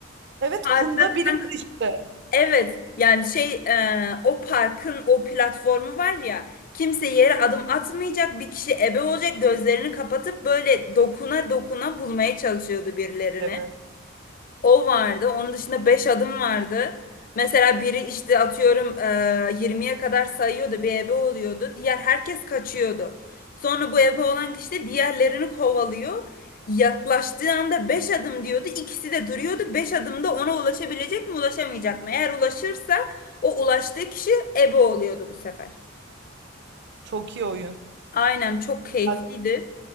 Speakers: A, on the right; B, on the left.
A: Evet
B: Parkta
A: kumda
B: kanka
A: birim işte.
B: evet yani şey e, o parkın o platformu var ya kimse yere adım atmayacak bir kişi ebe olacak gözlerini kapatıp böyle dokuna dokuna bulmaya çalışıyordu birilerini.
A: Evet.
B: O vardı. Onun dışında 5 adım vardı. Mesela biri işte atıyorum eee, 20'ye kadar sayıyordu, bir ebe oluyordu. Diğer herkes kaçıyordu. Sonra bu ebe olan kişi de diğerlerini kovalıyor. Yaklaştığı anda 5 adım diyordu. İkisi de duruyordu. 5 adımda ona ulaşabilecek mi, ulaşamayacak mı? Eğer ulaşırsa o ulaştığı kişi ebe oluyordu bu sefer.
A: Çok iyi oyun.
B: Aynen çok keyifliydi.
A: Bak